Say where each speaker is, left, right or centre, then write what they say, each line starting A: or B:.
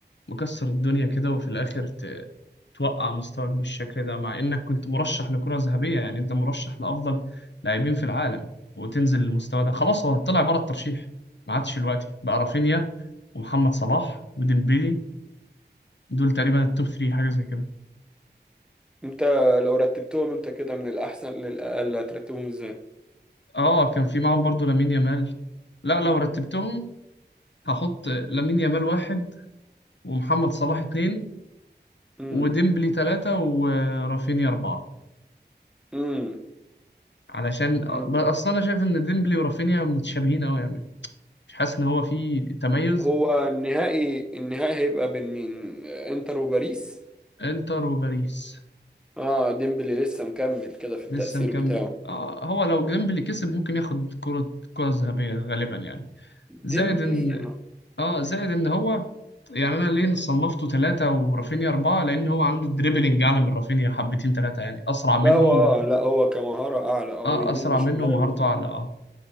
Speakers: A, on the left (about 80°); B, in the centre.
A: مكسر الدنيا كده وفي الآخر ت- توقع مستواك بالشكل ده مع إنك كنت مرشح لكرة ذهبية يعني أنت مرشح لأفضل لاعبين في العالم وتنزل للمستوى ده خلاص هو طلع بره الترشيح ما عادش دلوقتي بقى رافينيا ومحمد صلاح وديمبيلي دول تقريبا التوب 3 حاجة زي كده
B: انت لو رتبتهم انت كده من الاحسن للاقل هترتبهم ازاي
A: اه كان في معاهم برضو لامين يامال لا لو رتبتهم هحط لامين يامال واحد ومحمد صلاح اتنين
B: امم
A: وديمبلي تلاتة ورافينيا أربعة
B: امم
A: علشان
B: امم
A: أصلا أنا شايف إن ديمبلي ورافينيا متشابهين أوي يعني مش حاسس إن هو في تميز
B: هو النهائي النهائي هيبقى بين مين انتر وباريس
A: إنتر وباريس
B: اه ديمبلي لسه مكمل كده في التأثير
A: لسه مكمل
B: بتاعه
A: آه هو لو ديمبلي كسب ممكن ياخد كرة كرة ذهبية غالبا يعني زائد
B: ديمبلي
A: إن اه زائد ان هو يعني انا ليه صنفته ثلاثة ورافينيا أربعة لأن هو عنده دريبلينج أعلى من رافينيا حبتين ثلاثة يعني أسرع منه
B: لا هو اه لا هو كمهارة اعلى اه
A: اه
B: ويمين
A: أسرع
B: وشمال
A: منه ومهارته
B: و-
A: أعلى اه